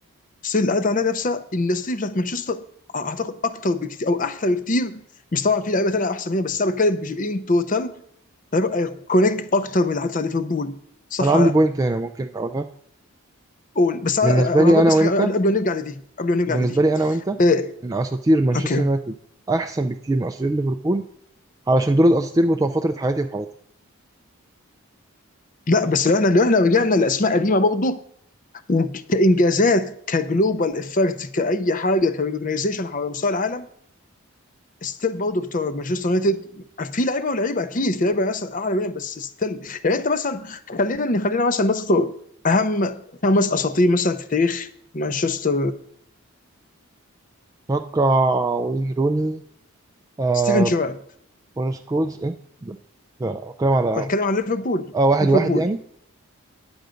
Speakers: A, on the left (about 35°); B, on the right (about 15°).
A: الاساطير اللي عدت على النادي نفسها إن الاساطير بتاعت مانشستر أ- اعتقد اكتر بكتير او احلى بكتير مش طبعا في لعيبه ثانيه احسن منها بس انا بتكلم بجيب ان توتال لعيبه ايكونيك اكتر من اللي عدت على ليفربول صح
B: أنا عندي
A: ولا
B: بوينت هنا ممكن أقولها
A: قول بس انا
B: بالنسبة
A: أنا
B: لي
A: هقول
B: أنا
A: بس
B: وأنت
A: حاجه قبل قبل ما نرجع لدي قبل ما نرجع
B: بالنسبة
A: لدي
B: لي أنا وأنت
A: إيه.
B: إن أساطير مانشستر
A: اوكي
B: يونايتد أحسن بكتير من أساطير ليفربول علشان دول الأساطير بتوع فترة حياتي وحياتي
A: لا بس لو احنا لو احنا رجعنا لاسماء قديمه برضه وكانجازات كجلوبال افكت كاي حاجه كريجنايزيشن على مستوى العالم ستيل برضه بتوع مانشستر يونايتد في لعيبه ولعيبه اكيد في لعيبه مثلا اعلى منهم بس ستيل يعني انت مثلا خلينا خلينا مثلا نذكر اهم خمس اساطير مثلا في تاريخ مانشستر
B: اتوقع وين روني آه
A: ستيفن جيرارد
B: بون سكولز ايه لا لا، بتكلم على
A: بتكلم عن ليفربول
B: اه واحد
A: ليفربول
B: واحد يعني